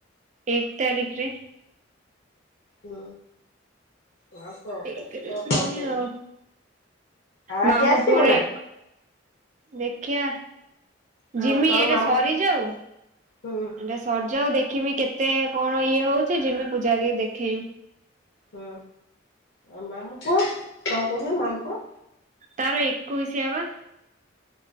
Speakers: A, on the right; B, on the left.
A: ଏକ ତାରିଖରେ।
B: ହଁ ହଁ, ଆଉ କହ
A: ଏକରେ
B: କୁହ
A: ଜିମି
B: କଣ କହିବି?
A: ଆଉ
B: ଆଜିି
A: ମାମୁଁ
B: ଆସିବୁ
A: ପୁଅର
B: ନା?
A: ଏକ ଦେଖିଆ
B: ହଁ
A: ଜିମି।
B: କଣ
A: ଏଟା
B: ମାମୁଁ
A: ସରିଯାଉ
B: ହୁଁ
A: ଏଟା ସରିଯାଉ ଦେଖମି କେତେ ଏତେ କଣ ଇଏ ହଉଛି। ଯେମି ପୂଜାରି କୁ ଦେଖେଇମି।
B: ହଁ, ଆଉ ମାମଠୁ କଣ କହୁଥିଲ ମାମ
A: ତାର ଏକୋଇଶିଆ ବା।